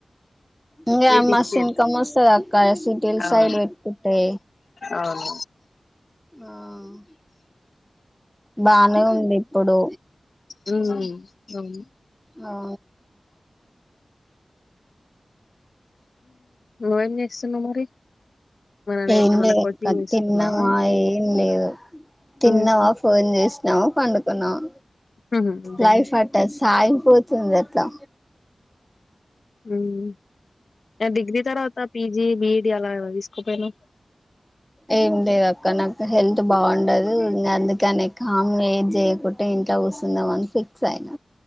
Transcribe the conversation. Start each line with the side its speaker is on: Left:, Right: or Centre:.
Centre: ఇంగ
Left: బ్యూటీషియన్
Centre: మస్తు ఇన్కకమ్ వస్తది అక్క సిటీల
Left: అవును.
Centre: సైడ్ పెట్టుకుంటే
Left: అవును
Centre: ఊమ్ బానే ఉంది ఇప్పుడు
Left: హ్మ్. అవును.
Centre: అ
Left: నువ్వే జేస్తున్నవ్ మరి ఏమన్నా
Centre: ఏం
Left: ఏమన్నా
Centre: లేదు
Left: కోచింగ్
Centre: అక్క
Left: తీసుకున్నావా?
Centre: తిన్న మాయ లేదు తిన్నావ
Left: హ్మ్.
Centre: ఫోన్ చేసి నవ్ పండుకున్నావా
Left: హుహు. అంతేనా?
Centre: లైఫ్ ఆర్టస్ సాగిపోతుంది అట్లా
Left: హ్మ్ డిగ్రీ తర్వాత పిజీ బిడ్ ది ఆలా తీసుకో పోయినవ్
Centre: ఏం లేదు అక్క నాకు హెల్త్ బాగుండదు ఇంగ అందుకని కామ్ ఏజ చేయకుంటే ఇంట్లో కుసుందామ అని ఫిక్స్ అయిన